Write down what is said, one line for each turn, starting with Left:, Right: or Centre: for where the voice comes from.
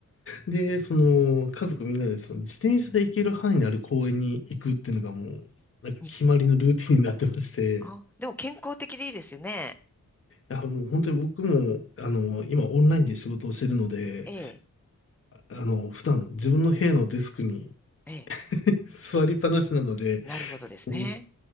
Left: で、その、家族みんなでその自転車で行ける範囲のある公園に行くっていうのがもう、なんか決まりのルーティンになってまして、
Centre: にあ、でも健康的でいいですよね。
Left: いや、もう本当に僕も、あの、今オンラインで仕事をしてるので、
Centre: ええ。
Left: あの、普段自分の部屋のデスクに
Centre: ええ。
Left: <laughs> 座りっぱなしなので、
Centre: なるほどですね。
Left: も